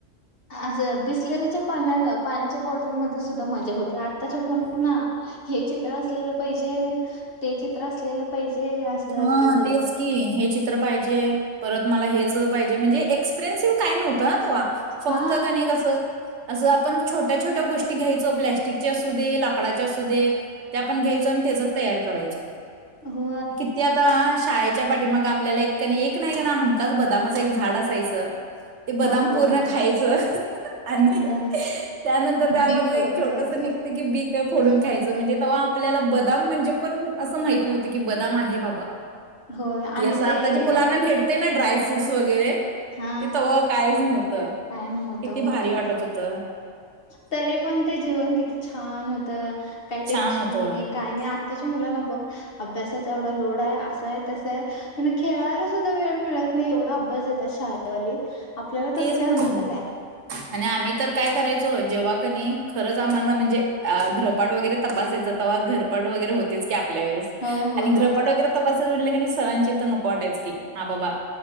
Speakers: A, on the left; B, on the right.
A: असं बिसलेरीच्या पाण्या पाण्याच्या बॉटलमध्ये सुद्धा मजा होती आताच्या ब ना हे चित्र असलेलं पाहिजे ते चित्र असलेलं पाहिजे असलं
B: हा
A: असते सगळं
B: तेस की हेच तर पाहिजे परत मला हेच पाहिजे म्हणजे एक्सप्रेन्सिव्ह काय नव्हतं ना तेव्हा फक्त
A: हा
B: का नाही कसं असं आपण छोट्या छोट्या गोष्टी घ्यायचो प्लॅस्टिकच्या असू दे लाकडाच्या असू दे ते आपण घ्यायचो आणि त्याच तयार करायचो
A: हो
B: तेी आता शाळेच्या पाठी मग आपल्याला एक कणी एक ना एक ना हमखच बदामाच एक झाड असायचं ते बदाम
A: होय होय
B: पूर्ण
A: होय
B: खायचं आणि
A: अंदाज
B: त्यानंतर त्यामधलं
A: बी फोडून
B: एक छोटस
A: खायचं
B: निघत की बीक
A: हम्म
B: फोडून खायचं म्हणजे तेव्हा आपल्याला बदाम म्हणजे पण असं माहत नव्हतं की बदाम आहे बाबा
A: होय आणि
B: की असं
A: ते
B: आता जी मुलांना भेटते ना ड्रायफ्रूट फूडस वगैरे
A: हा
B: तेथव काहीच नव्हत
A: काय नव्हतं
B: किती
A: होय
B: भारी वाटत होत
A: तरी पण ते जीवन किती छान होतं काही टेन्शन
B: छान होत होय
A: नाही काय नाही आत्ताच्या मुलांना बघ अभ्यासाचा एवढा लोड आहे असा आहे तस आहे खेळाला सुद्धा वेळ मिळत नाही एवढा अभ्यास देतात शाळेवाली आपल्याला
B: तेच
A: तसं काय
B: म्हणाले
A: होतं काय
B: आणि आम्ही तर काय करायच जेव्हा खरंच आम्हाना म्हणजे घ्रपाट वगैरे तपासायचं तेव्हा घरपाट वगैरे होतेच की आपल्या वस
A: होय होय
B: आणि
A: होय
B: ग्रहपट वगैरे त सरां तर नको वाटायच क हा बा